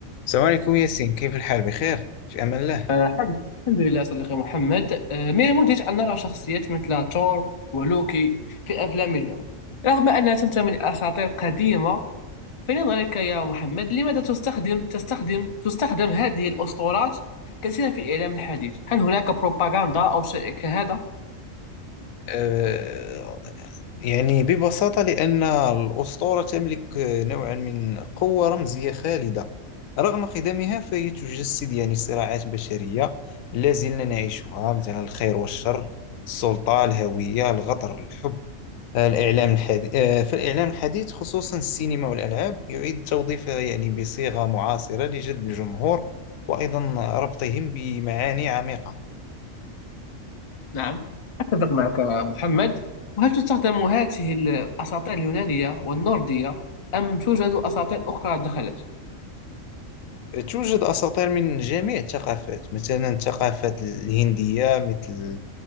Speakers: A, on the left; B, on the left.
A: السلام عليكم ياسين كيف الحال بخير في أمان الله
B: آه، الحمد الحمد لله صديقي محمد آه، من المدهش أن نرى شخصيات مثل تور ولوكي في أفلام اليوم رغم أنها تنتمي لأساطير قديمة في نظرك يا محمد لماذا تستخدم تستخدم تستخدم هذه الأسطورات كثيرا في الإعلام الحديث هل هناك بروباغندا أو شيء كهذا؟
A: أه يعني ببساطة لأن الأسطورة تملك نوعا من قوة رمزية خالدة رغم خدمها فهي تجسد يعني صراعات بشرية لا زلنا نعيشها مثلا الخير والشر السلطة الهوية الغدر الحب آه، الإعلام الحديث آه، فالإعلام الحديث خصوصا السينما والألعاب يعيد توظيفها يعني بصيغة معاصرة لجذب الجمهور وأيضا ربطهم بمعاني عميقة
B: نعم أتفق معك يا محمد وهل تستخدم هذه الأساطير اليونانية والنوردية أم توجد أساطير أخرى دخلت؟
A: توجد أساطير من جميع الثقافات مثلا الثقافة الهندية مثل